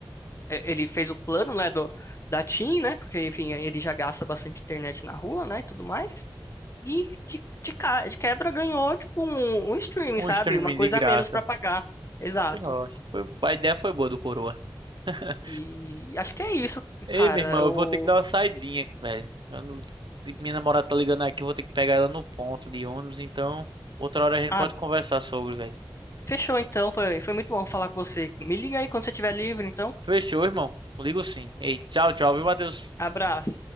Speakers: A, on the left; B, on the right.
A: eh, Ele fez o plano, né, do, da TIM, né? Porque, enfim, aí ele já gasta bastante internet na rua, né, e tudo mais. E de, de, ca- de quebra ganhou, tipo, um, um streaming,
B: Um
A: sabe?
B: streaming
A: Uma coisa
B: de graça.
A: a menos pra pagar. Exato.
B: Que rocha. Foi, a ideia foi boa do Coroa. <laughs>
A: E acho que é isso,
B: Ei,
A: cara.
B: meu irmão,
A: Eu...
B: eu vou ter que dar uma saidinha, velho. Eu não- se Minha namorada tá ligando aqui, eu vou ter que pegar ela no ponto de ônibus, então outra hora a gente
A: Ah,
B: pode conversar sobre, velho.
A: fechou então. Foi, foi muito bom falar com você. Me liga aí quando você estiver livre, então.
B: Fechou, irmão. Ligo sim. Ei, tchau, tchau, viu, Matheus?
A: Abraço.